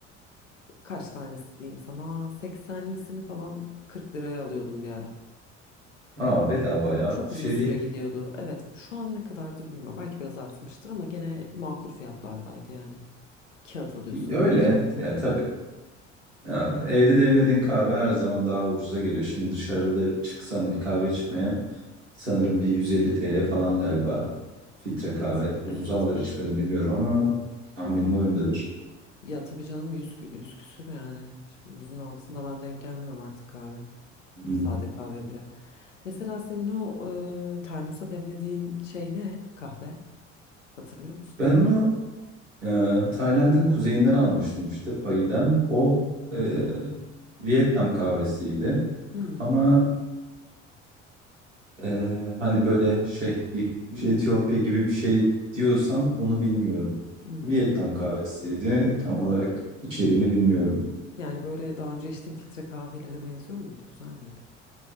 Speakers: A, on the left; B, on the right.
A: kaç tanesi diyeyim sana 80'lisini falan 40 liraya alıyordum bir ara.
B: <laughs> Aa bedava ya.
A: Çok
B: Bir şey
A: uzun süre
B: değil.
A: gidiyordu. Evet, şu an ne kadardır bilmiyorum. Belki biraz artmıştır ama gene makul fiyatlardaydı yani. Kağıt alıyorsun
B: Öyle.
A: günün sonunda.
B: Ya tabii Ya, evde demlediğin kahve her zaman daha ucuza geliyor. Şimdi dışarıda çıksam bir kahve içmeye sanırım bir 150 TL falan galiba. Filtre
A: Evet,
B: kahve. Uzun
A: evet.
B: zamandır içmedim bilmiyorum ama tahminim o yöndedir.
A: Ya tabii canım yüz, kü- yüz küsür yani. Yüzün altında ben denk gelmiyorum artık kahve.
B: Hı.
A: Sade kahve bile. Mesela senin o e, termosa demlediğin şey ne? Kahve. Hatırlıyor musun?
B: Ben onu e, Tayland'ın kuzeyinden almıştım işte Payi'den. O e, Vietnam kahvesiydi.
A: Hmm,
B: Ama Ee, hani böyle şey yıkmış Etiyopya gibi bir şey diyorsan onu bilmiyorum.
A: hmm.
B: Vietnam kahvesiydi. Tam olarak içeriğini bilmiyorum.
A: Yani böyle daha önce içtiğin filtre kahvelere benziyor muydu? Güzel miydi?